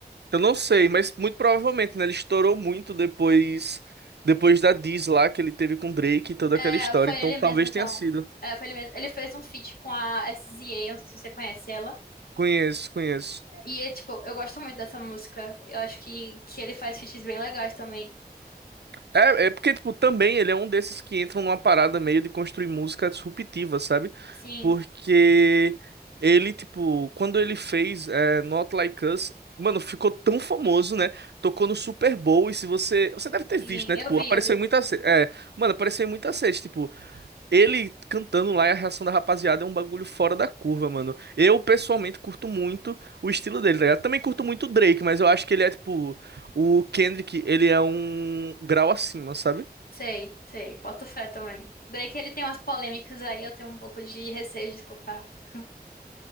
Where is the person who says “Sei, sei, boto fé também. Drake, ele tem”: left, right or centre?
Left